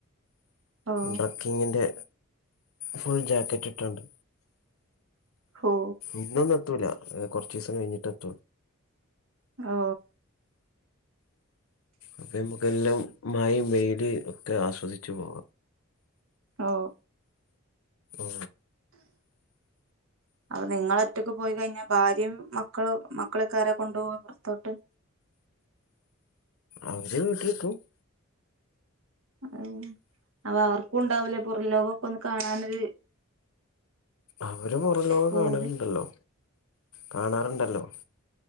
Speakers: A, on the right; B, on the left.
A: ഓ
B: ട്രക്കിങ്ങിന്റെ ഫുൾ ജാക്കറ്റ് ഇട്ടോണ്ട്.
A: ഓ
B: ഇന്നൊന്നു എത്തൂല. അത് കൊറച്ചീസം കഴിഞ്ഞിട്ടെത്തൊള്
A: ഓ
B: അപ്പ ഞമ്മക്കെല്ലാം മയും വെയില് ഒക്കെ ആസ്വദിച്ചു പോകാം.
A: ഓ
B: ഓ
A: അത് നിങ്ങളൊറ്റക്ക് പോയി കഴിഞ്ഞാ ഭാര്യയും മക്കളും മക് മക്കളെക്കാരാ കൊണ്ടുപോവാ പുറത്തോട്ട്.
B: അവര് വീട്ടിലിട്ടു.
A: ഉം അപ്പൊ അവർക്കും ഉണ്ടാവൂലേ പുറംലോകമൊക്കെ ഒന്ന് കാണാനൊരു
B: അവര് പുറം ലോകം
A: പൂതി
B: കാണലുണ്ടല്ലോ. കാണാറുണ്ടല്ലോ.